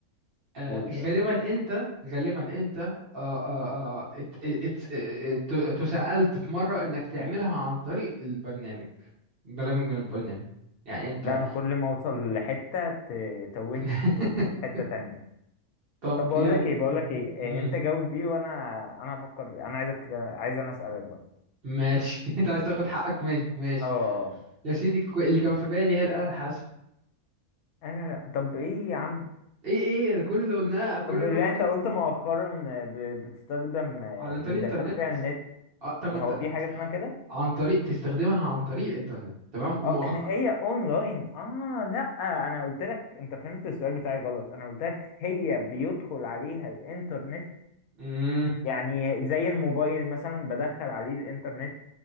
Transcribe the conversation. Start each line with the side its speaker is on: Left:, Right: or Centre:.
Right: آه
Left: قول
Right: غالبا
Left: طيب
Right: أنت غالبا أنت آه آه آه ات ات ات تسألت في مرة إنك تعملها عن طريق البرنامج برنامج من البرنامج يعني أنت
Left: لا انا كل ما اوصل لحتة ت- توهني
Right: <laughs>
Left: توديني في حتة تانية
Right: طب
Left: طب بقول
Right: يعني
Left: لك ايه بقول لك ايه إيه،
Right: مم،
Left: انت جاوب دي وانا انا هفكر انا عايزك عايز انا اسالك بقى
Right: ماشي <laughs> أنت عايز تاخد حقك مني ماشي
Left: اه آه.
Right: يا سيدي ك- اللي كان في بالي هي الآلة الحاسبة
Left: انا لا طب ايه يا عم
Right: إيه إيه كل اللي قلناه كل
Left: طب
Right: اللي
Left: لا
Right: أنا قلته
Left: انت قلت
Right: لك
Left: مؤخرا آه، ب- بتستخدم آه،
Right: على
Left: بيدخلوا
Right: طريق الإنترنت
Left: فيها النت
Right: آه، طب ما
Left: هو
Right: انت
Left: في حاجه اسمها كده
Right: عن طريق تستخدمها عن طريق الانترنت تمام ومؤخرا
Left: اه ان هي اونلاين اه لا انا قلت لك انت فهمت السؤال بتاعي غلط انا قلت لك هي بيدخل عليها الانترنت
Right: امم
Left: يعني زي الموبايل مثلا بدخل عليه الانترنت